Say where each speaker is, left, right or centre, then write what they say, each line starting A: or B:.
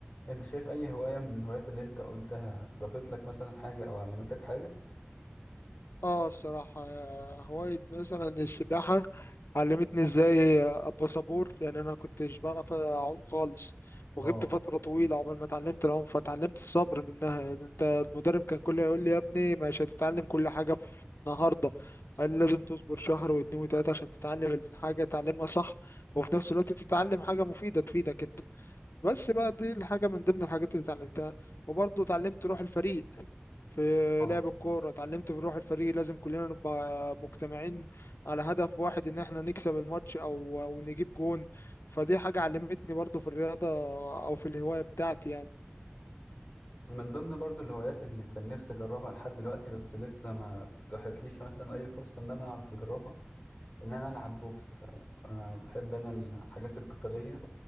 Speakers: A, on the left; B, on the left.
A: انت شايف اي هواية من الهوايات اللي انت قلتها ضافت لك مثلا حاجة او علمتك حاجة
B: اه الصراحة آه، هواية مثلا السباحة علمتني ازاي ابقى صبور يعني انا كنتش بعرف اعوم خالص وغبت
A: اه
B: فترة طويلة عقبال ما اتعلمت العوم فتعلمت الصبر منها يعني انت المدرب كان كله يقول لي يا ابني مش هتتعلم كل حاجة في النهاردة قال لي لازم تصبر شهر واتنين وتلاتة عشان تتعلم الحاجة تعلمها صح وفي نفس الوقت تتعلم حاجة مفيدة تفيدك انت بس بقى دي الحاجة من ضمن الحاجات اللي اتعلمتها وبرضه اتعلمت روح الفريق في
A: اه
B: لعب الكورة اتعلمت في روح الفريق لازم كلنا نبقى مجتمعين على هدف واحد ان احنا نكسب الماتش او او نجيب جون فدي حاجة علمتني برضه في الرياضة او في الهواية بتاعتي يعني
A: من ضمن برضو الهوايات اللي كان نفسي أجربها لحد دلوقتي بس لسه ما اتاحتليش مثلا أي فرصة إن أنا أعرف أجربها إن أنا ألعب بوكس فأنا بحب أنا الحاجات القتالية